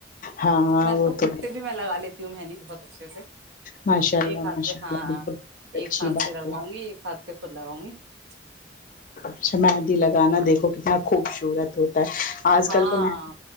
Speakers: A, on the left; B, on the right.
A: ہاں ہاں
B: میں
A: وہ
B: تو خود
A: ہے
B: پ بھی میں لگا لیتی ہوں مہندی بہت اچھے سے
A: ماشاء اللہ
B: ایک ہاتھ
A: ماشاء
B: پہ
A: اللہ
B: ہاں
A: یہ تو بہت
B: ایک
A: اچھی
B: ہاتھ
A: بات
B: سے لگواؤں
A: ہے
B: گی ایک ہاتھ پہ خود لگوں گی <unintelligible>
A: اچھا مہندی لگانا دیکھو کتنا خوبصورت ہوتا آج
B: ہاں
A: کل تو میں